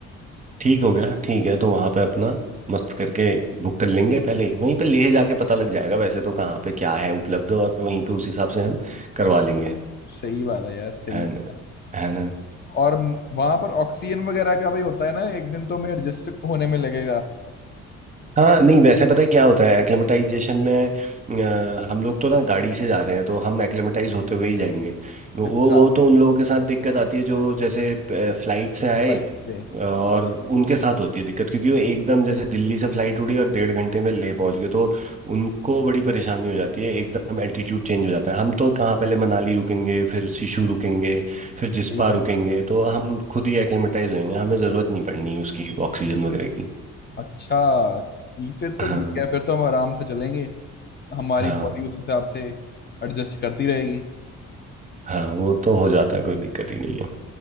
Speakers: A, on the right; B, on the left.
A: ठीक हो गया ठीक है तो वहां पे अपना मस्त करके बुक कर लेंगे पहले ही वहीं पे लेह जाके पता लग जाएगा वैसे तो कहाँ पे क्या है उपलब्ध और वहीं पे उस हिसाब से हम करवा लेंगे
B: सही बात है यार सही
A: है
B: बात
A: ना
B: है
A: है ना
B: और वहां पर ऑक्सीजन वगैरह का भी होता है ना एक दिन तो मैं एडजस्ट होने में लगेगा
A: हाँ नहीं वैसे पता है क्या होता है एक्लेमेटाइजेशन में अ, हम लोग तो ना गाड़ी से जा रहे हैं तो हम एक्लेमेटाइज होते हुए ही जाएंगे वो
B: अच्छा
A: वो तो उन लोगों के साथ दिक्कत आती है जो जैसे फ्लाइट से आए
B: फ्लाइट
A: अ,
B: से
A: और उनके साथ होती है दिक्कत क्योंकि वो एकदम जैसे दिल्ली से फ्लाइट उड़ी और डेढ़ घंटे में ले पहुंच गए तो उनको बड़ी परेशानी हो जाती है एकदम एल्टीट्यूड चेंज हो जाता है हम तो कहाँ पहले मनाली रुकेंगे फिर शिशु रुकेंगे फिर जिस्पा
B: सही बात
A: रुकेंगे
B: है
A: तो हम खुद ही एक्लेमेटाइज होंगे हमें ज़रूरत नहीं पड़नी उसकी ऑक्सीजन वगैरह की
B: अच्छा ये फिर तो
A: हाँ
B: ठीक है फिर तो हम आराम से चलेंगे हमारी
A: हाँ
B: बॉडी उस हिसाब से एडजस्ट करती रहेगी
A: हाँ वो तो हो जाता है कोई दिक्कत ही नहीं है